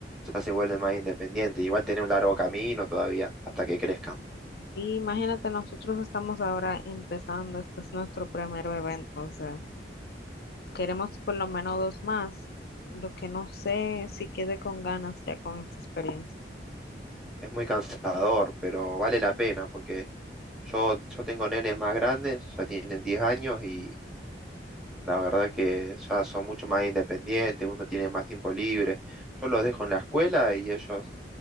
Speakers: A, in the centre; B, on the left.
A: ya se vuelven más independientes. Igual tienen un largo camino todavía hasta que crezcan.
B: Y imagínate, nosotros estamos ahora empezando, este es nuestro primer bebé, entonces queremos por lo menos dos más, lo que no sé si quede con ganas ya con esta experiencia.
A: Es muy cansador, pero vale
B: Y,
A: la pena porque yo, yo tengo nenes más grandes, ya tienen diez años y La verdad que ya son mucho más independientes, uno tiene más tiempo libre. Yo los dejo en la escuela y ellos,